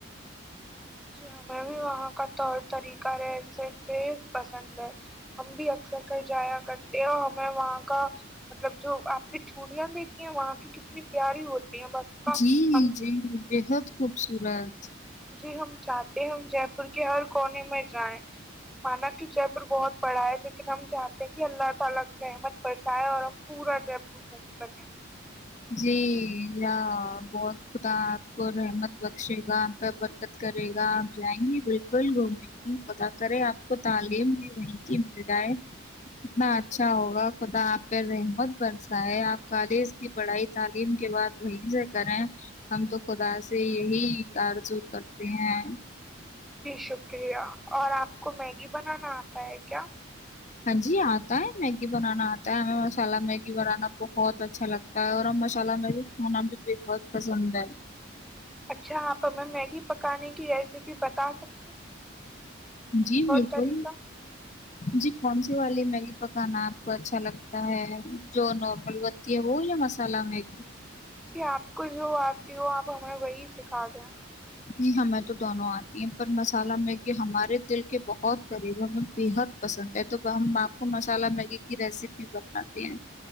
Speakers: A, in the centre; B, on the left.
A: جی ہمیں بھی وہاں کا طور طریقہ کا رہن سہن بد پسند ہے ہم بھی اکثر کر جایا کرتے ہیں اور ہمیں وہاں کا مطلب جو آپ نے چوڑیاں دیکھی ہیں وہاں کی اتنی پیاری ہوتی ہیں باقی کا
B: جی
A: ہم
B: جی بےحد خوبصورت
A: <unintelligible>
B: جی بہت خدا آپ کو رحمت بخشے گا آپ کا برکت کرے گا آپ جائیں گی بالکل گھومیں گی خدا کرے آپ کو تعلیم بھی وہیں کی مل جائے اتنا
A: جی
B: اچھا
A: شکریہ
B: ہوگا خدا آپ پہ رہم بن <unintelligible> ہے آپ کالج <unintelligible> پڑھائی تعلیم کے بعد وہیں سے کریں ہم تو خدا سے یہی آرزو کرتے ہیں
A: جی شکریہ اور آپ کو میگی بنانا آتا ہے کیا
B: ہاں جی آتا ہے میگی بنانا آتا ہے ہمیں مسالہ میگی بنانا بہت اچھا لگتا ہے اور ہم مسالہ میگی کھانا بھی بےحت پسند ہے
A: اچھا یہاں پر میں میگی پکانے کی ریسیپی بتا سک
B: جی بالکل
A: طریقہ
B: جی کون سی والی میگی پکانا آپ کو اچھا لگتا ہے جو نارمل بنتی ہے وہ یا مسالہ میگی
A: جی آپ کو جو آتی ہو آپ ہمیں وہی سکھا دیں
B: جی ہمیں تو دونوں آتی ہیں پر مسالہ میگی ہمارے دل کے بہت قریب ہے ہمیں بےحد پسند ہے تو ہم آپ کو مسالہ میگی کی ریسیپی بتاتے ہیں